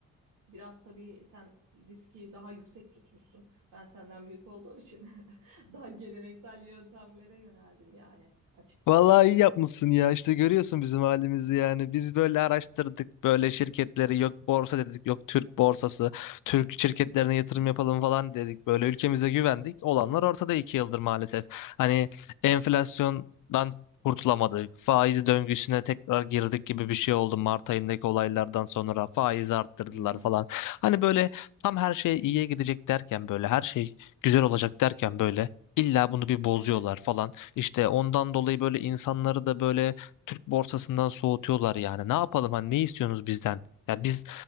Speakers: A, on the right; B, on the left.
A: Biraz tabii sen riski daha yüksek tutmuşsun. Ben senden büyük olduğum için <laughs> daha geleneksel yöntemlere yöneldim yani açıkçası.
B: Vallahi iyi yapmışsın ya. İşte görüyorsun bizim halimizi yani. Biz böyle araştırdık böyle şirketleri yok borsa dedik yok Türk borsası Türk şirketlerine yatırım yapalım falan dedik. Böyle ülkemize güvendik. Olanlar ortada iki yıldır maalesef. Hani enflasyondan kurtulamadık. Faiz döngüsüne tekrar girdik gibi bir şey oldu Mart ayındaki olaylardan sonra. Faiz arttırdılar
A: Hı hı.
B: falan. Hani böyle tam her şey iyiye gidecek derken böyle her şey güzel olacak derken böyle illa bunu bir bozuyorlar
A: Evet.
B: falan. İşte ondan dolayı böyle insanları da böyle Türk borsasından soğutuyorlar yani. Ne yapalım hani ne istiyorsunuz bizden? Ya biz